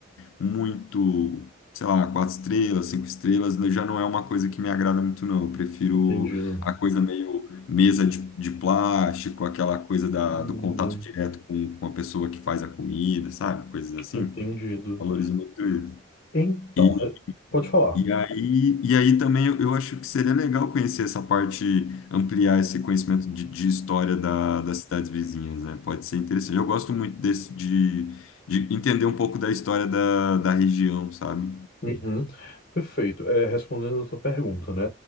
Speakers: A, on the left; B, on the left.
A: muito sei lá, quatro estrelas, cinco estrelas, né, já não é uma coisa que me agrada muito, não. Eu prefiro
B: entendido.
A: a coisa meio mesa de, de plástico, aquela coisa da,
B: Uhum,
A: do contato direto com, com a pessoa que faz a comida, sabe? Coisas assim.
B: Entendido.
A: Valorizo muito isso.
B: Então,
A: E,
B: re- pode falar.
A: e aí, e aí também eu, eu acho que seria legal conhecer essa parte, ampliar esse conhecimento de, de história da, das cidades vizinhas, né? Pode ser interessante. Eu gosto muito desse, de, de entender um pouco da história da, da região, sabe?
B: Uhum. Perfeito. É, respondendo a sua pergunta, né?